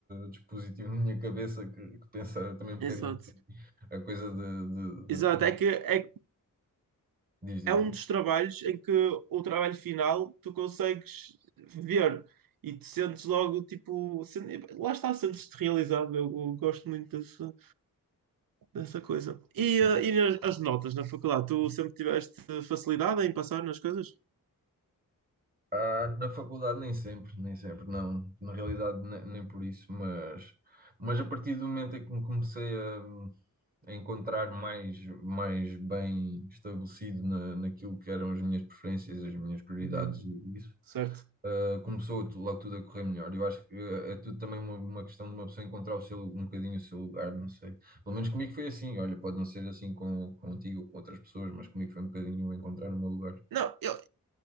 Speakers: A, on the right; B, on the right.
A: dispositivo na minha cabeça que, que pensa também um bocadinho
B: Exato.
A: assim, a coisa de, de,
B: Exato.
A: de, de-
B: É que é, que
A: diz, diz,
B: é um
A: diz.
B: dos trabalhos em que o trabalho final tu consegues ver e te sentes logo, tipo, sen- lá está, sentes-te realizado. Eu, eu gosto muito disso dessa coisa. E,
A: Sim.
B: eh, e as as notas na faculdade? Tu sempre tiveste facilidade em passar nas coisas?
A: Ah, na faculdade nem sempre, nem sempre, não. Na realidade ne- nem, por isso, mas, mas a partir do momento em que me comecei a a encontrar mais, mais bem estabelecido na, naquilo que eram as minhas preferências, as minhas prioridades
B: Uhum.
A: e isso,
B: Certo.
A: ah, começou tu- logo tudo a correr melhor. Eu acho que é tudo também uma, uma questão de uma pessoa encontrar o seu, um bocadinho o seu lugar, não sei. Pelo menos comigo foi assim. Olha, pode não ser assim com, contigo ou com outras pessoas, mas comigo foi um bocadinho encontrar o meu lugar,
B: Não, eu,